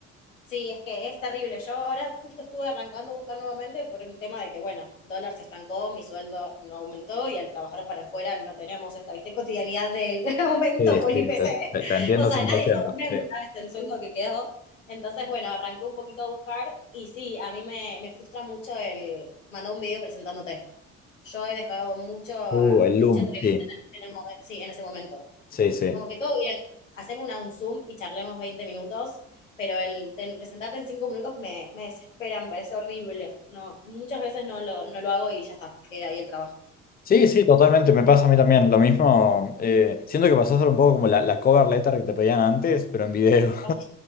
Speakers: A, on the left; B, on the left.
A: Sí, es que es terrible. Yo ahora justo estuve arrancando a buscar nuevamente por un tema de que, bueno, dólar se estancó, mi sueldo no aumentó y al trabajar para afuera no tenemos esta, ¿viste? Cotidianidad del <laughs> aumento
B: Sí,
A: por
B: sí,
A: IPC.
B: te, te- te entiendo
A: O sea,
B: 100%.
A: nadie te aumenta,
B: Sí.
A: es el sueldo que quedó. Entonces, bueno, arranqué un poquito a buscar y sí, a mí me, me frustra mucho el mandar un video presentándote. Yo he dejado mucho,
B: Uh, el
A: mucha
B: Loom,
A: entrevista
B: sí,
A: en, el- en el momen- sí, en ese momento.
B: sí, sí.
A: Como que todo bien, hacemos una, un Zoom y charlemos 20 minutos, pero el ten- presentarte en 5 minutos me, me desespera, me parece horrible. No, muchas veces no lo, no lo hago y ya está, queda ahí el trabajo.
B: Sí, sí, totalmente, me pasa a mí también. Lo mismo, eh, siento que pasó a ser un poco como la, la cover letter que te pedían antes, pero en video.
A: Ay,